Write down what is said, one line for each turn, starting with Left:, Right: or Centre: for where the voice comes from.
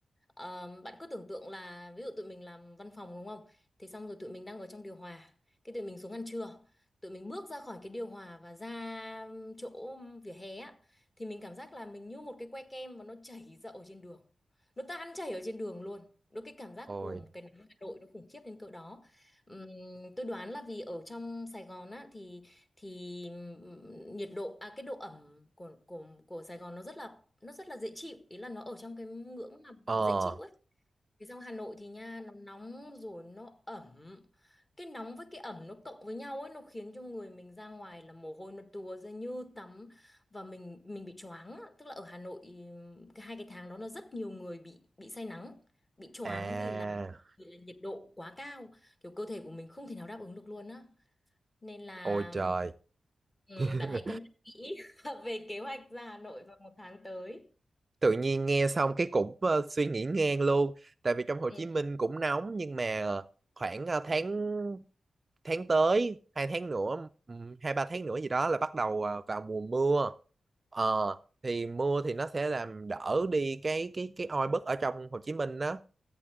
Left: Ờ, bạn cứ tưởng tượng là ví dụ tụi mình làm văn phòng đúng không thì xong rồi tụi mình đang ở trong điều hòa cái tụi mình xuống ăn trưa tụi mình bước ra khỏi cái điều hòa và ra chỗ vỉa hè á thì mình cảm giác là mình như một cái que kem mà nó chảy ra ở trên đường nó tan chảy ở trên đường luôn Đôi cái cảm giác
Right: ôi
Left: của một cái nắng Hà Nội nó khủng khiếp đến cỡ đó. Ừm, tôi đoán là vì ở trong Sài Gòn á thì thì ừm, nhiệt độ à cái độ ẩm của của của Sài Gòn nó rất là nó rất là dễ chịu ý là nó ở trong cái ngưỡng mà
Right: ờ
Left: nó dễ chịu ấy cái xong Hà Nội thì nha nó nóng rồi nó ẩm cái nóng với cái ẩm nó cộng với nhau ấy nó khiến cho người mình ra ngoài là mồ hôi nó tùa ra như tắm và mình mình bị choáng á. tức là ở Hà Nội ừm, cái hai cái tháng đó là rất nhiều người bị bị say nắng bị choáng
Right: à
Left: vì là vì là nhiệt độ quá cao kiểu cơ thể của mình không thể nào đáp ứng được luôn á nên là
Right: ôi trời
Left: ừm,
Right: <laughs>
Left: bạn hãy cân nhắc kỹ <laughs> về kế hoạch ra Hà Nội vào một tháng tới
Right: tự nhiên nghe xong cái cũng ờ, suy nghĩ ngang luôn tại vì trong Hồ
Left: ừ.
Right: Chí Minh cũng nóng nhưng mà ờ, khoảng ờ, tháng tháng tới hai tháng nữa ừm, hai ba tháng nữa gì đó là bắt đầu ờ, vào mùa mưa Ờ, thì mưa thì nó sẽ làm đỡ đi cái cái cái oi bức ở trong Hồ Chí Minh đó